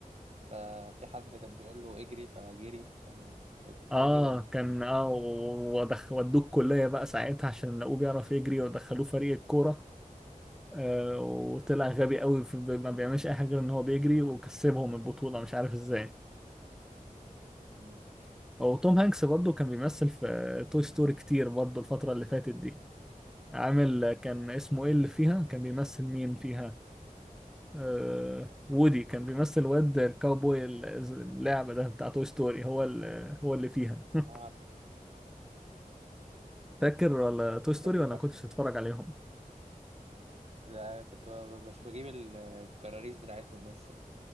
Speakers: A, on the right; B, in the centre.
A: ففي حد كان بيقول له اجري فجري ف- مش فاكر،
B: اه
A: حاجة كده يعني
B: كان اه ودخ ودوه الكلية بقى ساعتها عشان لقوه بيعرف يجري ودخلوه فريق الكورة آه وطلع غبي قوي في ما بيعملش اي حاجة غير ان هو بيجري وكسبهم البطولة مش عارف ازاي
A: مم.
B: وتوم
A: <laughs>
B: هانكس برضو كان بيمثل في توي ستوري كتير برضو الفترة اللي فاتت دي عامل كان اسمه ايه اللي فيها كان بيمثل مين فيها آه وودي كان بيمثل واد الكاوبوي ال- اللعبة ده بتاع توي ستوري هو ال- هو اللي فيها <laughs>
A: ما أعرف.
B: فاكر ولا توي
A: أنا
B: ستوري
A: فاكر
B: ولا
A: برضه
B: كنت بتتفرج عليهم
A: لا كنت ب- بش- بجيب ال- الكراريس بتاعتهم بس